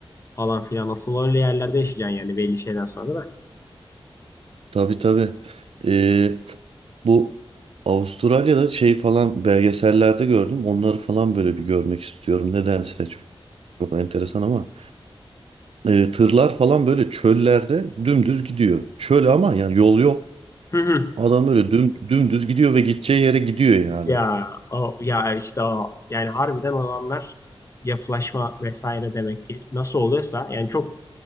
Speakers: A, on the left; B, on the right.
A: falan filan. Nasıl öyle yerlerde yaşayacaksın yani belli şeyden sonra da.
B: Tabii tabii. E, bu Avustralya'da şey falan belgesellerde gördüm. Onları falan böyle bir görmek istiyorum. Nedense Çok enteresan ama e, tırlar falan böyle çöllerde dümdüz gidiyor. Çöl ama yani yol yok.
A: Hı hı.
B: Adam böyle düm, dümdüz gidiyor ve gideceği yere gidiyor yani.
A: Ya o ya işte o yani harbiden olanlar yapılaşma vesaire demek ki nasıl oluyorsa yani çok